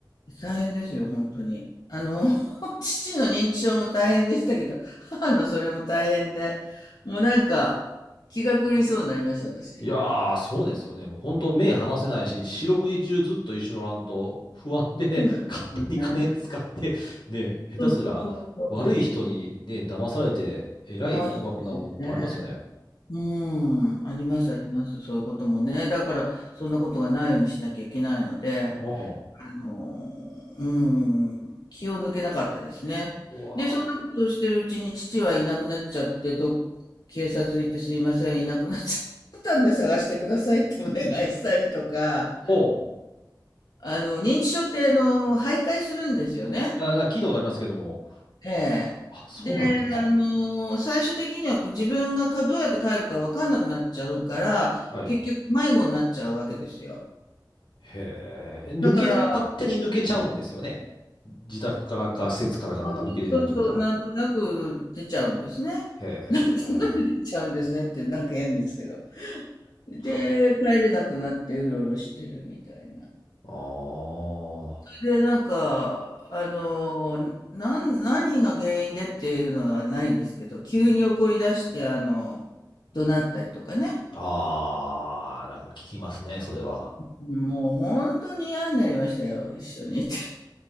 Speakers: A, on the left (about 65°); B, on the left (about 90°).
A: 大変ですよ、本当に。あの、<laughs> 父の認知症も大変でしたけど、母のそれも大変で、もうなんか、気が狂いそうになりました、私。
B: いやー、そうですよね。もう本当目離せないし、四六時中ずっと一緒におらんと不安で
A: そうなんですよね。
B: <laughs> 勝手に金使って、ね、下手すら悪い人にね、
A: そうそうそうそう。
B: 騙されて、えらい高額なもんってありますよね。
A: ああ、そうですよね。うん、ありますあります、そういうこともね。だから、そんなことがないようにしなきゃいけないので、
B: うわ
A: あのー、うん、気を抜けなかったですね。
B: うん。うわ
A: で、そんなことをしてるうちに父はいなくなっちゃって、ど、警察行ってすいません、いなくなっちゃったんで探してくださいってお願いしたりとか、
B: ほう。
A: あの、認知症って、あの、徘徊するんですよね。
B: あ、な聞いたことありますけども。
A: ええ。
B: あ、そんなんあったんですか。
A: で、あの、最終的には自分がかどうやって帰るかわかんなくなっちゃうから、
B: はい。
A: 結局迷子になっちゃうわけですよ。
B: へえ。抜け、
A: だから、
B: 勝手に抜けちゃうんですよね。自宅からか施設からかなんか抜け出てると見たら。
A: そうそうそうそう、なんとなく出ちゃうんですね。
B: へ
A: <laughs> なんとなく出ちゃうんですねって、
B: え。
A: なんか変ですけど。で、
B: はい。
A: 帰れなくなってうろうろしてるみたいな。
B: ああ。
A: で、なんか、あの、なん、何が原因でっていうのはないんですけど、急に怒り出して、あの、怒鳴ったりとかね。
B: ああ、なんか聞きますね、それは。
A: もう本当に嫌になりましたよ、一緒にいて。